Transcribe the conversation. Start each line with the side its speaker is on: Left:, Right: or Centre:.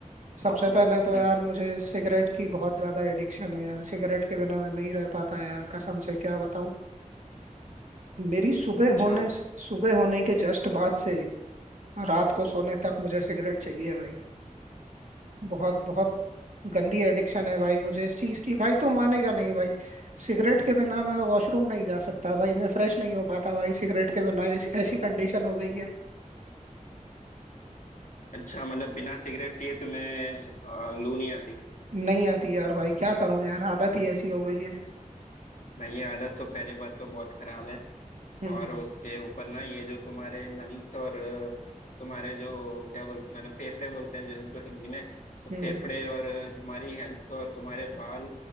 Right: सबसे पहले तो
Left: हम्म।
Right: यार मुझे सिगरेट की बहुत ज्यादा एडिक्शन है यार सिगरेट के बिना मैं नहीं रह पाता यार कसम से क्या बताऊं मेरी सुबह
Left: अच्छा
Right: होने सुबह होने के जस्ट बाद से रात को सोने तक मुझे सिगरेट चाहिए भाई बहुत बहुत गंदी एडिक्शन है भाई मुझे इस चीज की भाई तो मानेगा नहीं भाई सिगरेट के बिना मैं वॉशरूम नहीं जा सकता भाई मैं फ्रेश नहीं हो पाता भाई सिगरेट के बिना ऐसी ऐसी कंडीशन हो गई है
Left: अच्छा मतलब बिना सिगरेट पिए तुम्हें अ, लू नहीं आती
Right: नहीं आती यार भाई क्या करूं यार आदत ही ऐसी हो गई है
Left: भाई ये आदत तो पहली बात तो बहुत खराब है
Right: हम्म
Left: और
Right: हम्म
Left: उसके ऊपर ना ये जो तुम्हारे लंग्स और अ, तुम्हारे जो क्या बोलते मतलब फेफड़े बोलते हैं जो, जो हिंदी में तो
Right: हम्म
Left: फेफड़े
Right: हम्म,
Left: और अ, तुम्हारी हेल्थ और तुम्हारे बाल